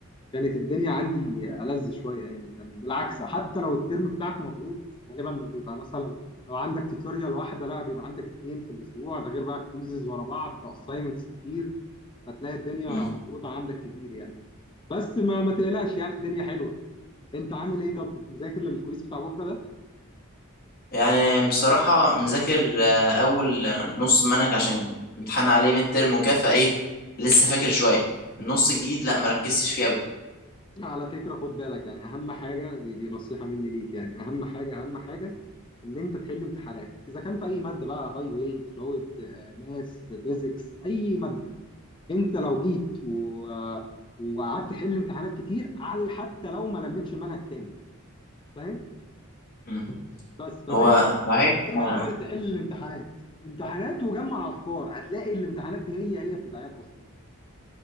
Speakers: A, on the left (about 20°); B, on the left (about 45°).
A: كانت الدنيا عندي ألذ شوية يعني كان بالعكس حتى لو الترم بتاعك مضغوط غالبا بيبقى مثلا لو عندك توتوريال واحدة لا بيبقى عندك اتنين في الأسبوع ده غير بقى كويزز ورا بعض أسايمنتس كتير فتلاقي الدنيا
B: مم.
A: مضغوطة عندك كتير يعني بس ما ما تقلقش يعني الدنيا حلوة انت عامل ايه طب كنت مذاكر للكويز بتاع بكره ده
B: يعني بصراحه مذاكر آه، اول نص منهج عشان امتحان عليه ميد ترم وكده فايه لسه فاكر شويه النص الجديد لا ما ركزتش فيه قوي
A: على فكره خد بالك يعني اهم حاجه دي دي نصيحه مني ليك يعني اهم حاجه اهم حاجه ان انت تحل امتحانات اذا كان في اي ماده بقى هاي واي فلويد ماس فيزيكس اي ماده انت لو جيت و... آه، وقعدت تحل امتحانات كتير على حتى لو ما لمتش المنهج كامل فاهم
B: مم.
A: بس فدايما
B: هو صحيح
A: دايما
B: آه،
A: حاول تحل الامتحانات امتحانات وجمع افكار هتلاقي الامتحانات هي هي بتتعاد اصلا